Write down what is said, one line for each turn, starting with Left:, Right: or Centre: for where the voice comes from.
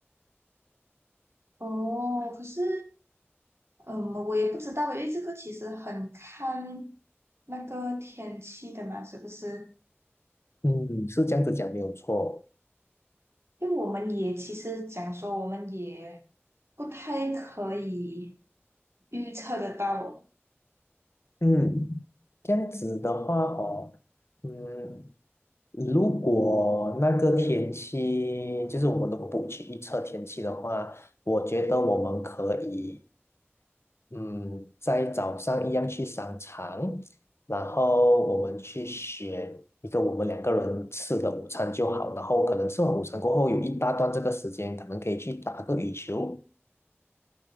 Right: 哦，可是嗯，我也不知道，因为这个其实很看那个天气的嘛，是不是？
Left: 嗯，是这样子讲没有错。
Right: 因为我们也其实讲说，我们也不太可以预测得到
Left: 嗯，这样子的话哦，嗯，如果那个天气，就是我们如果不去预测天气的话，我觉得我们可以，嗯，在早上一样去商场，然后我们去选一个我们两个人吃的午餐就好，然后可能吃完午餐过后有一大段这个时间，可能可以去打个羽球，